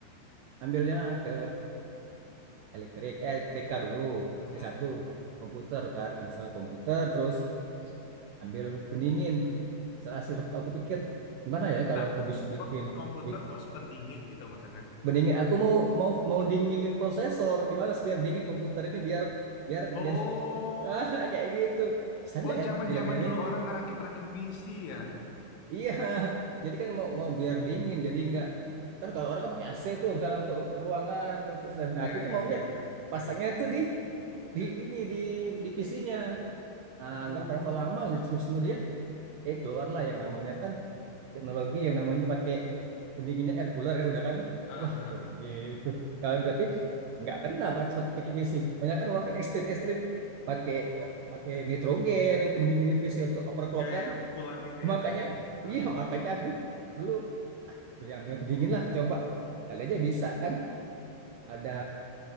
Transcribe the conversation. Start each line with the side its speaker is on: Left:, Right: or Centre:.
Right: ambilnya ke elektrik, eh TK dulu
Left: Hmm.
Right: di satu komputer, tar masalah komputer terus ambil pendingin. Setelah hasil aku pikir gimana ya
Left: Bentar.
Right: kalau aku bisa bikin
Left: Kok komputer
Right: bik-
Left: terus pendingin gitu maksudnya?
Right: pendingin. Aku mau mau mau dinginin prosesor gimana sih biar dingin komputer ini biar biar
Left: Oh,
Right: jadi <laughs> ah, kayak gitu. Bisa nggak
Left: oh
Right: ya
Left: zaman-zaman
Right: aku bilang
Left: dulu
Right: gitu.
Left: orang ngerakit-rakit PC ya?
Right: Iya. Jadi kan mau mau biar dingin jadi nggak kan kalau orang kan pakai AC tuh misalnya untuk untuk ruangan untuk sedang. Nah,
Left: Ya,
Right: aku
Left: ya,
Right: tuh maunya
Left: ya, ya, ya,
Right: pasangnya
Left: ya.
Right: tuh di di ini di di PC-nya. Ah,
Left: Oh,
Right: nggak berapa lama terus kemudian eh keluarlah yang namanya kan teknologi yang namanya pakai pendinginnya air cooler kan sudah kan
Left: ah,
Right: wah
Left: ah.
Right: kayak gitu kalau tapi nggak kena berarti pakai pakai PC banyak kan orang kan ekstrim ekstrim pakai pakai nitrogen untuk mendinginin PC untuk overclock
Left: Ya, ya,
Right: kan
Left: yang kulan itu ya,
Right: makanya
Left: kulan. Ah.
Right: iya makanya aku dulu beli- ambil pendingin lah coba kali aja bisa kan ada